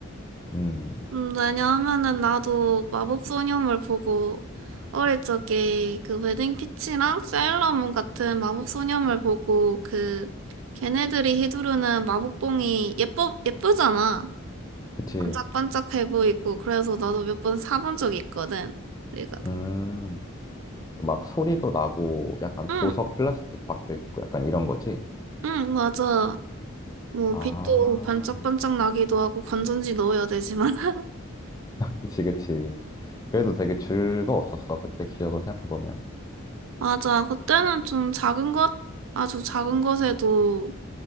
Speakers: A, on the left; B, on the right.
A: 음,
B: 음, 왜냐하면은 나도 마법소녀물 보고 어릴 적에 그 웨딩피치랑 사일러문 같은 마법소녀물 보고 그 걔네들이 휘두르는 마법봉이 예뻐 예쁘잖아.
A: 그치.
B: 반짝반짝해 보이고 그래서 나도 몇 번 사본 적이 있거든. 그래가
A: 음, 그막 소리도 나고 약간
B: 응,
A: 보석 플라스틱 박혀 있고 약간 이런 거지.
B: 응, 맞아. 뭐
A: 아,
B: 빛도 반짝반짝 나기도 하고 건전지 넣어야 되지만 <laughs>
A: 그치, 그치. 그래도 되게 즐거웠었어. 그때 기억을 생각해보면.
B: 맞아. 그때는 좀 작은 것 아주 작은 것에도